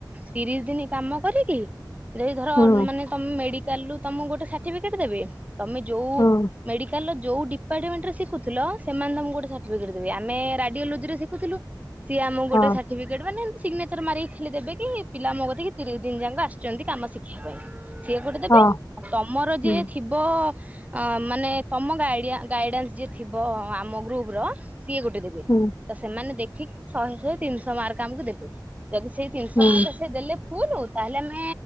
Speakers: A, on the right (about 20°); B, on the left (about 45°).
A: ତିରିଶ ଦିନ କାମ କରିକି ଯଦି ଧର
B: ହୁଁ
A: ମାନେ ତମେ ମେଡିକାଲୁ ରୁ ତମକୁ ଗୋଟେ ସାର୍ଟିଫିକେଟ ଦେବେ। ତମେ ଯୋଉ
B: ହୁଁ।
A: ମେଡିକାଲ ର ଯୋଉ ଡିପାର୍ଟମେଣ୍ଟ ରେ ଶିଖୁଥିଲ, ସେମାନେ ତମକୁ ଗୋଟେ ସାର୍ଟିଫଟ ଦେବେ। ଆମେ ରାଡିଓଲୋଜି ରେ ଶିଖୁଥିଲୁ ସିଏ ଆମକୁ ଗୋଟ
B: ହଁ
A: ସର୍ଟିଫିକେଟ ମାନେ ସିଗ୍ନେଚର ମାରିକି ଖାଲି ଦେବେ କି, ପିଲା ମୋ କତିକି ତିରିଶ ଦିନ ଯାକ ଆସିଛନ୍ତି କାମ ଶିଖିବା ପାଇଁ। ସିଏ ଗୋଟେ ଦେବେ।
B: ହଁ
A: ତମର
B: ହୁଁ
A: ଯିଏ ଥିବ ଅ ମାନେ ତମ ଗାଇଡା ଗାଇଡାନ୍ସ ଯିଏ ଥିବ ଆମ ଗ୍ରୁପ ର ସିଏ ଗୋଟେ ଦେବେ।
B: ହୁଁ
A: ତ ସେମାନେ ଦେଖ ଠିକ ଶହେ ତିନିଶହ ମାର୍କ ଆମକୁ ଦେବେ। ଯଦି ସେଇ ତିନିଶହ
B: ହୁଁ
A: ମାର୍କ ସେ ଦେଲେ ଫୁଲୁ ତାହେଲେ ଆମେ